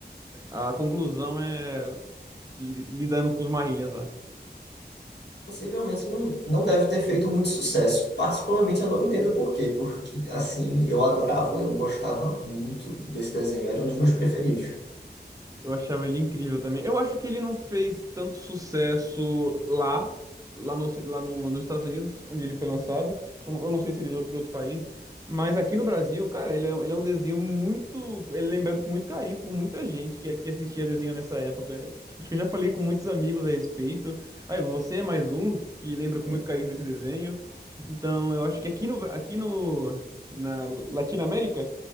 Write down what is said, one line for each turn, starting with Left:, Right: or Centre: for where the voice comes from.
Right: a conclusão é li- lidando com os Marrillians lá.
Left: Possivelmente não, não deve ter feito muito sucesso. Particularmente eu não entendo por quê, porque assim, eu adorava, eu gostava muito desse desenho, era um dos meus preferidos.
Right: Eu achava ele incrível também. Eu acho que ele não fez tanto sucesso lá, lá, no, lá no- nos Estados Unidos, onde ele foi lançado. Eu, não eu não sei se ele é de outro país. Mas aqui no Brasil, cara, ele é, um- ele é um desenho muito. Ele é lembrado com muito carinho por muita gente que, que assistia desenho nessa época. Acho que eu já falei com muitos amigos a respeito. Aí, você é mais um que lembra com
Left: É.
Right: muito carinho desse desenho. Então, eu acho que aqui no, Bra- aqui no, na Latinoamérica,